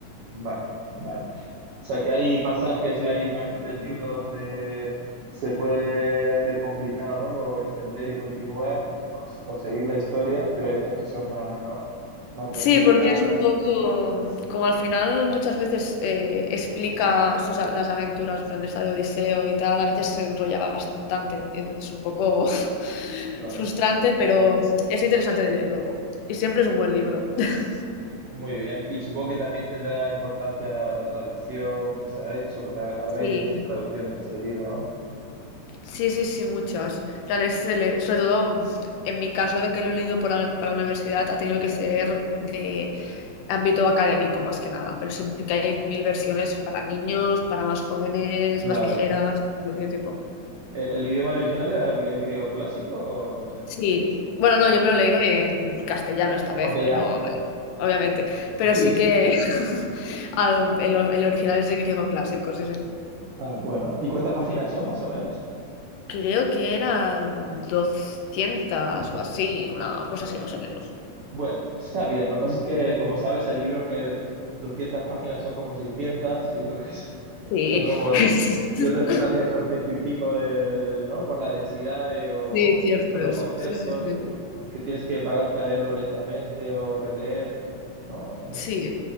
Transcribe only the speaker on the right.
Vale, vale. O sea, que hay pasajes, hay partes del libro donde se puede hacer complicado, ¿no? Como entender y continuar o, s- o seguir la historia, pero hay otras que son más, ¿no? Más bonitas,
claro.
Muy bien. Y supongo que también tendrá importancia la, la traducción que se ha hecho, porque ha- habrá
habido muchas traducciones de este libro, ¿no?
Claro.
¿El, el idioma original era el, el griego clásico o no sé?
Vale.
Aunque
ya. <laughs>
Sí.
Ah, bueno. ¿Y cuántas páginas son más o menos?
Ah,
bueno.
Bueno, <laughs> está bien. Lo que pasa es que, como sabes, hay libros que 200 páginas son como 600 y otros que son <laughs>
son como...
Y otros que parece que son ciento y pico de, ¿no? Por la densidad de- o,
o los
conceptos
que, que tienes que pararte a leerlo lentamente o releer, ¿no? Eh,